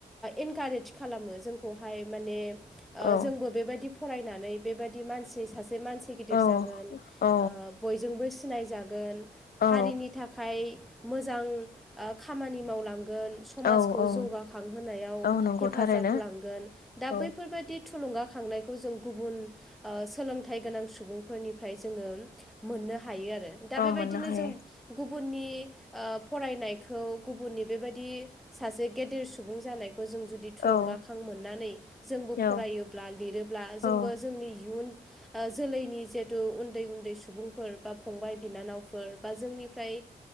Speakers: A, in the centre; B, on the left.
A: इनकारेज खालामो जोंखौहाय माने
B: औ
A: जोंबो बेबायदि फरायनानै बेबायदि मानसि सासे से मानसि गिदिर
B: औ
A: जागोन
B: औ
A: बयजोंबो सिनायजागोन
B: औ
A: हारिनि थाखाय मोजां खामानि मावलाङ गोन समाजखौ
B: औ औ
A: जौगाखांहोनायाव
B: औ नंगौ
A: हेफाजाब
B: थारैनो
A: होलांगोन दा
B: औ
A: बैफोरबायदि थुलुंगा खांनायखौ जों गुबुन सोलोंथाइ गोनां सुबुंफोरनिफ्राय जोङो मोननो हा हायो आरो दा
B: औ
A: बेबायदिनो
B: मोननो हायो
A: जों गुबुननि फरायनायखौ गुबुननि बेबायदि सासे गेदेर सुबुं जानायखौ खौ जों जुदि थुलुंगा
B: औ
A: मोननानै जोंबो
B: औ
A: फरायोब्ला लिरोब्ला
B: औ
A: जोंबो जोंनि इयुन जोलैनि जे उन्दै उन्दै सुबुंफोर बा फंबाय बिनानाव बा जोंनिफ्राय